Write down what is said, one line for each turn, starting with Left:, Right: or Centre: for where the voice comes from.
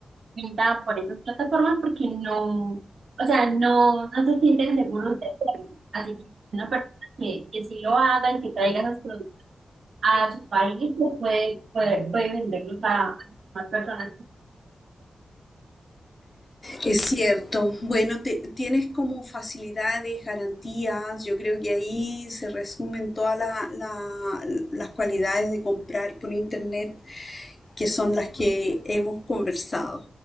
Right: venta por esas plataformas porque no, o sea, no, no se sienten seguros de hacerlo. Así que una persona que, que sí lo haga y que traiga esos productos a su país, pues puede, puede, puede venderlos a, a más personas.
Left: Es cierto. Bueno, te- tienes como facilidades, garantías. Yo creo que ahí se resumen todas la- la- las cualidades de comprar por internet. que son las que hemos conversado.